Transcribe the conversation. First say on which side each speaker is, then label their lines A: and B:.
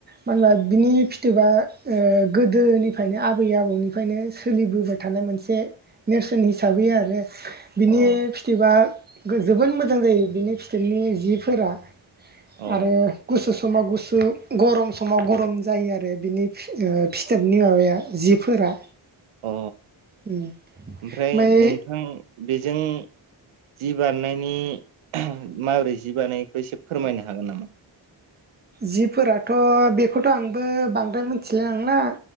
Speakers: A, on the right (about 20°); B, on the right (about 80°).
A: मानो होनबा बिनि फिथोबा ओ गोदोनिफायनो आबै आबौनिफायनो सोलिबोबाय था नाय मोनसे नेरसोन हिसाबै आरो बिनि
B: अ
A: फिथोबा गो जोबोद मोजां जायो बिनि फिथोबनि जिफोरा।
B: अ
A: आरो गुसु समाव गुसु गरम समाव गरम जायो आरो बिनि ओ फिथोबनि माबाया जिफोरा।
B: अ
A: उम ओमबाय
B: ओमफ्राय नोंथां बेजों जि बानायनायनि माबोरै जि बानायो इखो एसे फोरमायनो हागोन नामा।
A: जिफोराथ' बेखौथ' आंबो बांद्राय मिथिलाय लांला